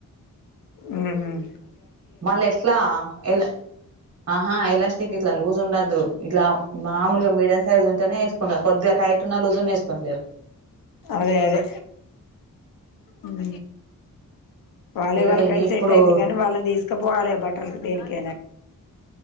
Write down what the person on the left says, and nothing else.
ఉమ్
అదే అదే ఉమ్ వాళ్ళయి
వాళ్ళకై
సెట్ అయితయి గానీ వాళ్ళని తీసుకపోవాల బట్టలకి దేనికి